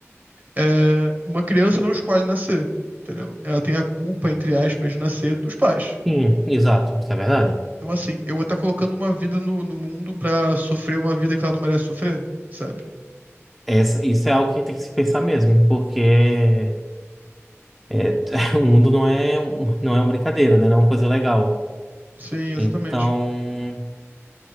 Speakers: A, on the right; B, in the centre.
A: é, uma criança não escolhe nascer, entendeu? Ela tem a culpa, entre aspas, de nascer dos pais.
B: Sim, exato, isso é verdade.
A: Então, assim, eu vou estar colocando uma vida no, no mundo pra sofrer uma vida que ela não merece sofrer, sabe?
B: Essa, isso é algo que tem que se pensar mesmo, porque é, <laughs> o mundo não é, um- não é uma brincadeira, né? Não é uma coisa legal.
A: Sim, exatamente.
B: Então,